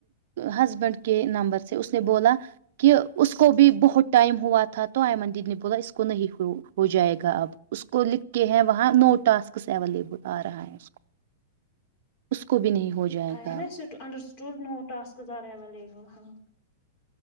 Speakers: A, on the right; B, on the left.
A: ہسبینڈ کے نمبر سے اس نے بولا کہ اس کو بھی بہت ٹائم ہوا تھا تو آمدید نے بولا اس کو نہیں ہو ہو جائے گا اب اس کو لکھ کے ہیں وہاں نو ٹاسکس اویلیبل آ رہا ہے اس کو اس کو بھی نہیں ہو جائے
B: ہ
A: گا
B: نا س انڈر سٹول نو اسکز ایویلیبل ہاں